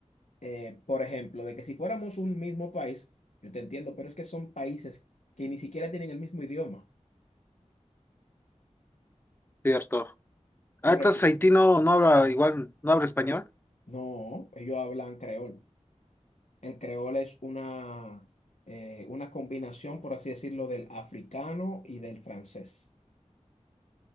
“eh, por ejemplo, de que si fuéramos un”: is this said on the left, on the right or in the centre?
Left